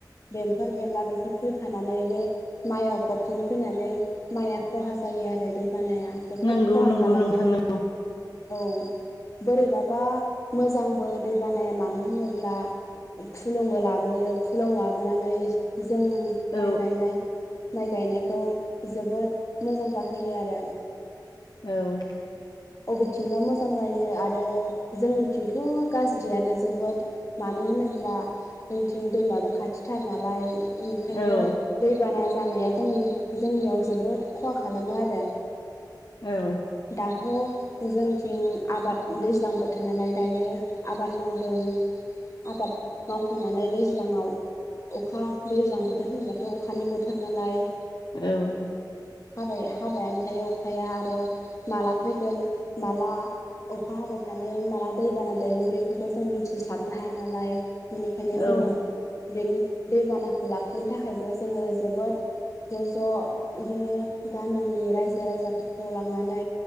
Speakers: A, on the left (about 40°); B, on the left (about 65°).
A: बेमफोर बेरला बेफोर फैफानानै बे माइआव फबसिन फैनानै माइआ खहा जायो आरो दैबानाया। जोबोद
B: नंगौ
A: खहा
B: नंगौ
A: खालामो।
B: नोंथां नंगौ
A: औ बोरैबाबा मोजांबो दै बानाया मानो होनोब्ला फुलुंबो लाबोयो फुलुं लाबोनानै जों
B: औ
A: माइ गायनाय माइ गायनायखौ जोबोद मोजां जाहोयो आरो।
B: औ।
A: बबेथिंबा मोजां जायो आरो जोंनिथिंथ' गाज्रियानो जोबोद मानो होनोब्ला जोंथिं दैमाबो खाथिथार नालाय ओंखायनो
B: औ
A: दैबाना जानाया जोंनि जोंनियाव जोबोद खहा खालामो आरो।
B: औ।
A: दाथ' जोंथिं आबाद दैज्लां बोथोर नालाय दायो आबाद मावदों। आबाद मावखांनानै दैज्लाङाव अखा दैज्लां बोथोर होनोबाथ' अखानि बोथोर नालाय।
B: औ।
A: हाबाया हाबायानो थायो अखाया आरो माला फैगोन माला अखा हाबाय थानायाव माला दैबाना देरगोन बेखौथ' जों मिथि हाबनो हाया नालाय बेनिखायनो
B: औ
A: जोङो बेनि दैबानाखौ लाखिनो थाखायबो जोङो जोबोद ज' ज' बिदिनो गामिनि रायजो राजाफोरखौ लांनानै